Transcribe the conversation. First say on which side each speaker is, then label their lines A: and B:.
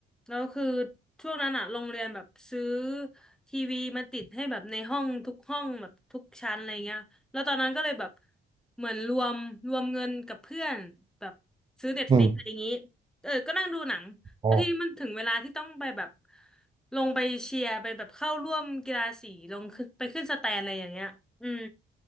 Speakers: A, in the centre; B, on the right.
A: แล้วคือช่วงนั้นอะโรงเรียนแบบซื้อทีวีมาติดให้แบบในห้องทุกห้องแบบทุกชั้นอะไรเงี้ยแล้วตอนนั้นก็เลยแบบเหมือนรวมรวมเงินกับเพื่อนแบบซื้อเน็ตฟลิกอะไรอย่างงี้
B: อืม
A: เออก็นั่งดูหนังแล้วทีนี้มันถึงเวลาที่ต้องไปแบบ
B: อ๋อ
A: ลงไปเชียร์ไปแบบเข้าร่วมกีฬาสีลงขึ้นไปขึ้นสแตนอะไรอย่างเงี้ยอืม